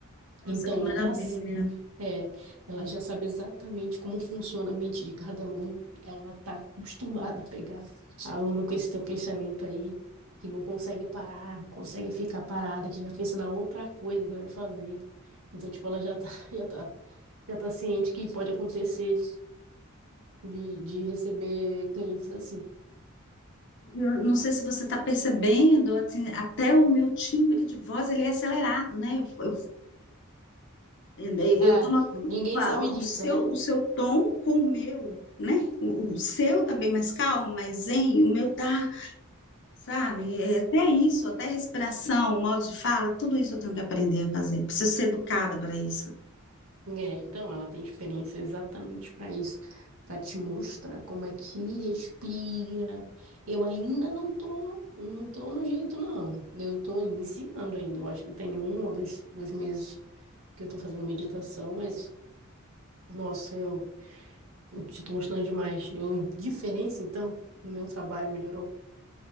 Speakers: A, on the right; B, on the left.
A: Então,
B: Nossa, que
A: ela
B: maravilha.
A: já, s- é, ela já sabe exatamente como funciona a mente de cada aluno. Ela tá acostumada a pegar aluno com esse teu pensamento aí, que não consegue parar, não consegue ficar parada, que já pensa na outra coisa que vai fazer. Então, tipo, ela já tá, <laughs> já tá já tá ciente que pode acontecer de, de receber clientes assim.
B: Eu não sei se você está percebendo, assim, até o meu timbre de voz ele é acelerado, né? Eu, eu- E daí
A: Ah,
B: Eu estou notando
A: ninguém
B: a-
A: sabe disso,
B: o seu,
A: né?
B: o seu tom com o meu, né? O, o seu tá bem mais calmo, mais zen, o meu tá, sabe? É, até isso, até respiração, o modo de fala, tudo isso eu tenho que aprender a fazer. Preciso ser educada para isso.
A: É, então ela tem experiência exatamente para isso, para te mostrar como é que respira. Eu ainda não tô, não tô no jeito, não. Eu tô iniciando ainda. Eu acho que eu tenho um ou dois, dois meses que eu tô fazendo meditação, mas, nossa, eu, eu já tô gostando demais. Eu, diferença, então, no meu trabalho melhorou